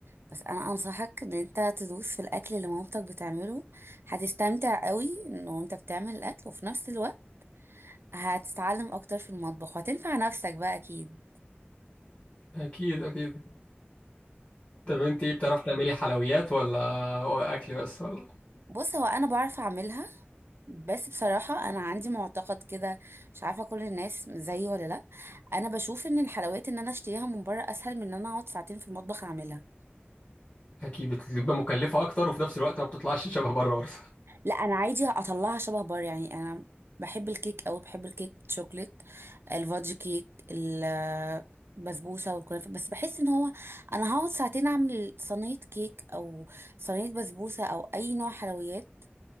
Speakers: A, on the right; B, on the left.
A: بس أنا أنصحك إن انت تدوس في الأكل اللي مامتك بتعمله هتستمتع قوي إنه انت بتعمل الأكل وفي نفس الوقت هتتعلم أكتر في المطبخ وهتنفع نفسك بقى أكيد
B: اكيد اكيد طب انت ايه بتعرفي تعملي حلويات ولا هو اكل بس ولا
A: بص هو انا بعرف اعملها بس بصراحة انا عندي معتقد كده مش عارفة كل الناس زيي ولا لا انا بشوف ان الحلويات ان انا اشتريها من بره اسهل من ان انا اقعد ساعتين في المطبخ اعملها
B: اكيد بتبقى مكلفه اكتر وفي نفس الوقت ما بتطلعش شبه بره برضه
A: لا انا عادي اطلعها شبه بره يعني انا بحب الكيك او بحب الكيك شوكليت الفادج كيك ال- البسبوسة والكنافة بس بحس ان هو انا هقعد ساعتين اعمل صينية كيك او صينية بسبوسة او اي نوع حلويات